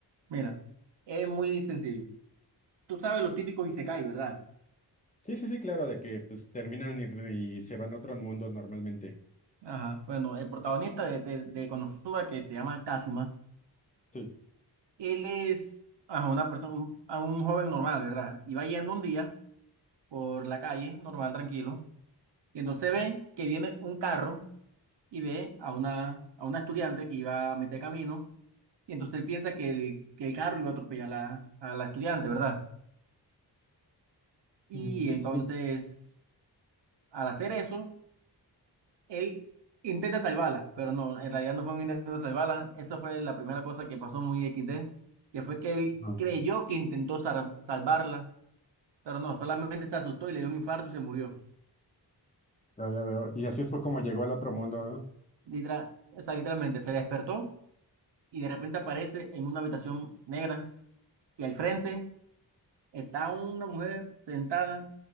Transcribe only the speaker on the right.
Mira, es muy sencillo. Tú sabes los típicos Isekai, ¿verdad?
Ajá, bueno, el protagonista de, de, de Konosuba que se llama Kazuma,
él es ajá, una persona, un, a un joven normal, ¿verdad? Y va yendo un día por la calle, normal, tranquilo Y entonces ve que viene un carro y ve a una, a una estudiante que iba a mitad de camino. Y entonces él piensa que el, que el carro iba a atropellar a la, a la estudiante, ¿verdad? Y
entonces,
al hacer eso, él intenta salvarla, pero no, en realidad no fue un intento de salvarla. Eso fue la primera cosa que pasó muy XD, que fue que él
creyó que intentó sal- salvarla, pero no, solamente se asustó y le dio un infarto y se murió.
Literal- o sea, literalmente se despertó y de repente aparece en una habitación negra Y al frente está una mujer sentada